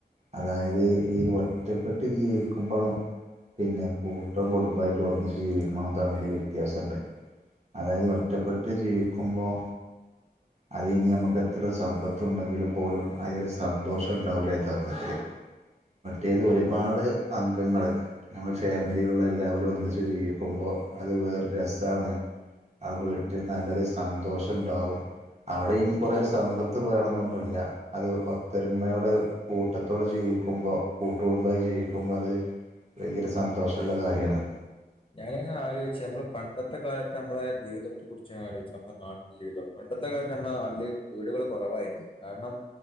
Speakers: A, on the right; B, on the left.
A: അതായത് ഈ ഒറ്റപ്പെട്ട് ജീവിക്കുമ്പോളും, പിന്നെ കൂട്ട് കുടുംബമായിട്ട് ഒന്നിച്ച് ജീവിക്ക് നോം തമ്മില് വ്യത്യാസമുണ്ട് അതായത് ഒറ്റപ്പെട്ട് ജീവിക്കുമ്പോൾ അത് ഇനി നമുക്ക് എത്ര സമ്പത്ത് ഉണ്ടെങ്കില് പോലും അതിൽ സന്തോഷം ഉണ്ടാവൂല യഥാർത്ഥത്തില്. പറ്റേത് ഒരുപാട് അംഗങ്ങള് നമ്മുടെ ഫാമിലിുള്ള എല്ലാവരും ഒന്നിച്ച് ജീവിക്കുമ്പോൾ അ അത് വേറൊ രസമാണ് അത് ഇട്ടി നല്ലൊരു സന്തോഷം ഉണ്ടാവും അവിടെ ഇനി കുറെ സമ്പത്ത് വേണം എന്നൊന്നുമല്ല അത് ഒത്തൊരുമയോട് കൂട്ടത്തോട് ചെയ്യുക ക്കുമ്പോ കൂട്ട ജുമ്പോ അത് വലിയൊരു സന്തോഷമുള്ള
B: ആ
A: കാര്യമാണ്
B: ഞാനിങ്ങനെ ആലോചിച്ചു നമ്മള് പ പണ്ടത്തെ കാലത്ത് നമ്മളുടെ ജീവിതത്തെ കുറിച്ച് ആലോചിച്ച നമ്മുടെ നാട്ട ജവിതം പണ്ടത്തെ കാലത്ത് നമ്മള നാിലില് വീടുകളൾ കുറവായിരുന്നു കാരണം